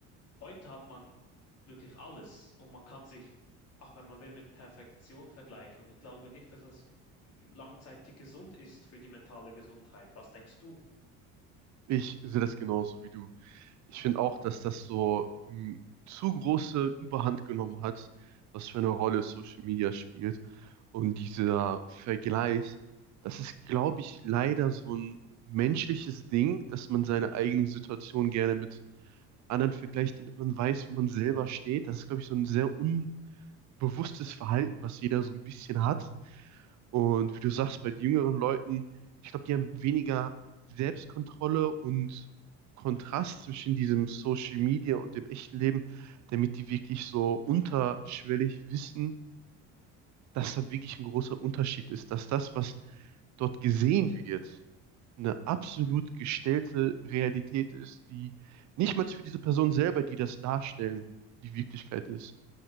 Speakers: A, on the left; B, on the right.
A: Heute hat man wirklich alles und man kann sich, auch wenn man will, mit Perfektion vergleichen. Und ich glaube nicht, dass das langzeitig gesund ist für die mentale Gesundheit. Was denkst du?
B: Ich sehe das genauso wie du. Ich finde auch, dass das so mh, zu große Überhand genommen hat, was für eine Rolle Social Media spielt. Und dieser Vergleich, das ist, glaube ich, leider so ein menschliches Ding, dass man seine eigene Situation gerne mit anderen vergleicht, damit man weiß, wo man selber steht. Das ist, glaube ich, so ein sehr unbewusstes Verhalten, was jeder so ein bisschen hat. Und wie du sagst, bei jüngeren Leuten, ich glaube, die haben weniger Selbstkontrolle und Kontrast zwischen diesem Social Media und dem echten Leben, damit die wirklich so unterschwellig wissen, dass da wirklich ein großer Unterschied ist, dass das, was dort gesehen wird, eine absolut gestellte Realität ist, die nicht mal für diese Person selber, die das darstellen, die Wirklichkeit ist.